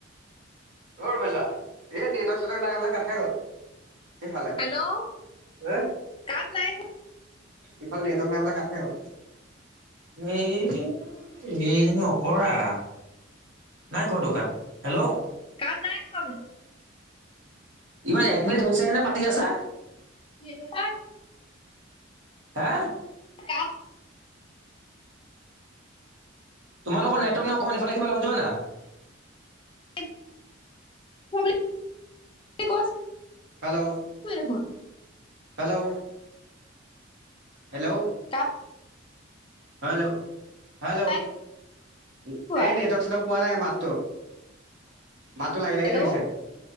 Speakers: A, on the right; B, on the left.
A: অঁ বাচা এ নেটৱৰ্ক চেটৱৰ্ক নাই বোলে কাত খাই গ'ল। হেই ফালে
B: হেল্ল'
A: হে-
B: কাট নাই খোৱা,
A: ইফালে নেটৱৰ্ক নাই হ'বলা মানে কাট খাই গ'ল এই এইজনী- কৰা। নাই কোৱা দোকান হেল্লৌ।
B: কাট নাই খোৱা বোলো।
A: ইমান এক মিনিট হৈছেহেনে পাতি আছা।
B: <unintelligible>
A: হা-
B: কাপ-
A: তোমালৰ নেটৱৰ্ক নাই অকমান ইফালে -সিফালে হৈ যোৱা না।
B: নাই <unintelligible>
A: হেলৌ!
B: এটোয়ে দেখোন।
A: হেল্লৌ! হেল্লৌ!
B: কাত-
A: হেল্লৌ হেল্লৌ!
B: নাই
A: এ
B: খোৱা।
A: নেটৱৰ্ক চেটৱৰ্ক পোৱা নাই মাতটো। মাতটো লাগি
B: হেল্ল'
A: লাগি ধৰিছে